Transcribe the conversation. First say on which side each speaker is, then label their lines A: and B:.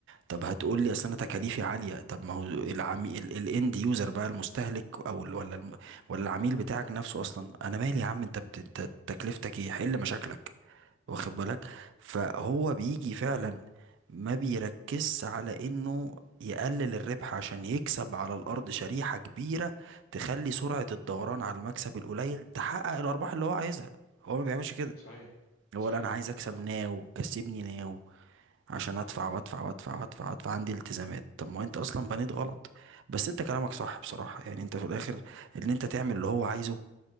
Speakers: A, on the right; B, on the left.
A: طب هتقول لي اصل انا تكاليفي عاليه طب ما هو العميل الاند يوزر بقى المستهلك او ال- ولا الم... ولا العميل بتاعك نفسه اصلا انا مالي يا عم انت بت... أنت تكلفتك ايه حل مشاكلك واخد بالك فهو بيجي فعلا
B: اي
A: ما بيركزش على انه يقلل الربح عشان يكسب على الارض شريحه كبيره تخلي سرعه الدوران على المكسب القليل تحقق الارباح اللي هو عايزها هو ما بيعملش كده
B: صحيح
A: هو
B: صحيح
A: لا انا عايز اكسب
B: صحيح
A: ناو كسبني ناو عشان ادفع وادفع وادفع وادفع وادفع عندي التزامات طب ما هو انت اصلا بنيت غلط بس انت كلامك صح بصراحة يعني انت في الاخر ان انت تعمل اللي هو عايزه